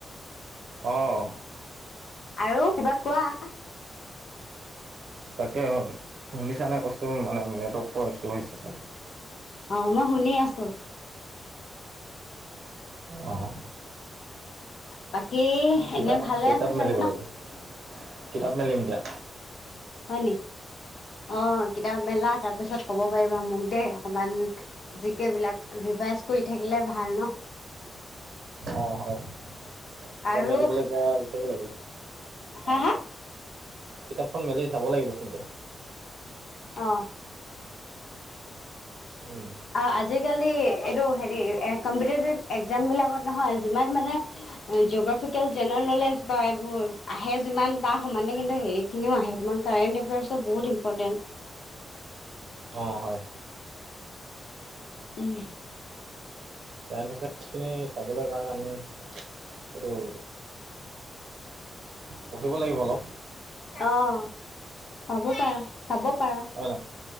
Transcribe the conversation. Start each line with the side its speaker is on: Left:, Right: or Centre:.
Right: অ'।
Left: আৰু কিবা কোৱা।
Right: তাকে শুনিছা নে কৈছো মানে নেটৱৰ্কৰ ইছ্যু হৈছে চাগে।
Left: অ', মই শুনি আছো।
Right: অ'।
Left: বাকী
Right: কিতাপ
Left: এনে ভালে
Right: কিতাপ
Left: আছে
Right: মেলিব
Left: চাগে ন?
Right: লাগিব কিতাপ মেলিম এতিয়া।
Left: হয় নি অ', কিতাপ মেলা তাৰপিছত কব পাৰিবা মোক দেই অকমান জি কে বিলাক ৰিভাইজ কৰি থাকিলে ভাল ন।
Right: অ', হয় কিতাপ
Left: আৰু
Right: মেলিবলৈ এতিয়া বিচাৰিব লাগি অ'।
Left: হা হা
Right: কিতাপখন মেলি চাব লাগিবচোন এতিয়া।
Left: অঁ'।
Right: উম।
Left: অ', আজিকালি এইটো হেৰি কম্পিটিটিভ এক্জাম বিলাকত নহয় যিমান মানে জিঅ'গ্ৰফিকেল জেনেৰেল নলেজ বা এইবোৰ আহে যিমান তাৰ সমানে কিন্তু হেৰি সিনিও আহে কাৰেণ্ট এফেয়াৰ্চ বহুত ই্পৰ্টেণ্ট।
Right: অ', হয়।
Left: উম।
Right: কাৰেণ্ট এফেয়াৰ্চখিনি চাবলৈ কাৰণে আমি এইটো পঢ়িব লাগিব অলপ।
Left: অ', পাব পৰা চাব পাৰা
Right: হয় নাই